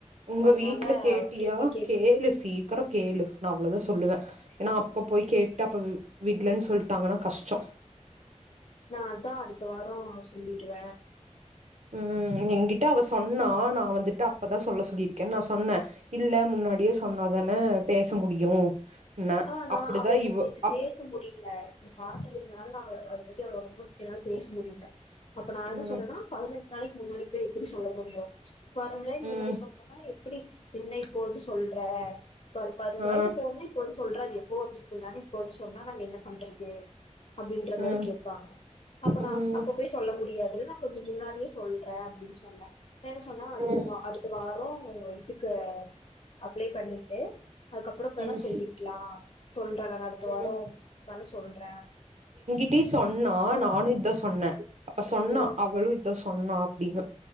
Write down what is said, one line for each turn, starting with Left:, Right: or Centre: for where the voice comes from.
Right: உங்க
Left: அதனால
Right: வீட்ல கேட்டியா
Left: அவள்ட்ட எதுமே கேக்கல
Right: கேளு சீக்கிரோ கேளு நா அவ்ளதா சொல்லுவ ஏனா அப்ப போய் கேட்டு அப்ப விட்லன்னு சொல்ட்டாங்கன்னா கஷ்டோ
Left: நா அதா அடுத்த வாரோ சொல்லிருவ
Right: ம் என்கி ட்ட அவ சொன்னா நா வந்துட்டு அப்பதா சொல்ல சொல்லிருக்கேன் நான் சொன்ன இல்ல முன்னாடியே சொன்னாதான பேச முடியு ன்ன
Left: ஆ நா
Right: அப்டிதா
Left: அவ எனக்கு
Right: இவ
Left: நேத்து
Right: அப்
Left: பே ச முடில நீ பாத்ததுனால நா அவள அதபத்தி அவள ரொம்ப என்னால பேச முடில அப்ப நா
Right: ம்
Left: என்ன சொன்னனா பதினஞ்சு நாளைக்கு முன்னாடி போய் எப்டி சொல்ல முடியு பதினஞ்சு நாளைக்கு முன்னாடி
Right: ம்
Left: சொன்னனா எப் எப்டி என்ன இப்போ வந்து சொல்ற ப பதினஞ்சு
Right: ஆ
Left: நாளைக்கு போன்னே போய் சொல்ற அது எப்போ வந்திருக்குந்தானேர இப்போ வந்து சொன்னா நாங்க என்ன பண்றது அப்டின்ற
Right: ம்
Left: மாரி கேப்பாங்க அப்ப
Right: ம்
Left: நான் அப்ப போய் சொல்ல முடியாது நான் கொஞ்சோ முன்னாடியே சொல்றேன் அப்டின்னு சொன்னே இல்லனு சொன்னா அடுத்துமா
Right: ம்
Left: அடு த்த வாரோ இதுக்கு அப்ளை பண்ணிட்டு அதுக்கப்பறோ
Right: ம்
Left: வேணா சொல்லி க்லா சொல்ற நான் அடுத்த
Right: ம்
Left: வாரோ வேணா சொல்ற
Right: ட்டி சொன்னா நானு இதா சொன்ன அப்ப சொன்னா
Left: ம்
Right: அவளு இதா சொன்னா அப்டின்னு